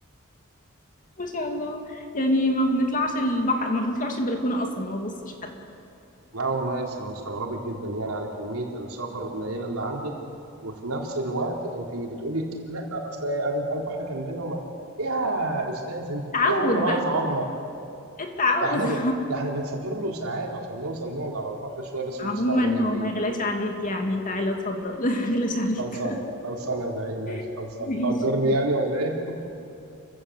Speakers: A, on the left (about 40°); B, on the right (about 85°).
A: ما شاء الله يعني ما بنطلعش البحر ما بنطلعش البلكونه اصلا ما ببصش حتى
B: لا والله يا أسطى، انا مستغربك جدا يعني على كميه السفر القليله اللي عندك وفي نفس الوقت انت بتقولي لا اصل يبقى البحر جنبنا وما إيه يا استاذ انت ايه
A: تعود
B: يا عم راعي
A: بقى
B: شعورنا
A: التعود
B: ده احنا ب...
A: <laughs>
B: ده احنا بنسافر له ساعات عشان نوصل نقعد على البحر شويه بس ونسمع
A: عموما
B: اغنيتين
A: هو ما يغلاش عليك يعني تعالى اتفضل <laughs> ما يغلاش عليك
B: خلصان خلصان يا زعيم ماشي
A: <laughs>
B: خلصان
A: ماشي
B: تأجرني يعني ولا ايه؟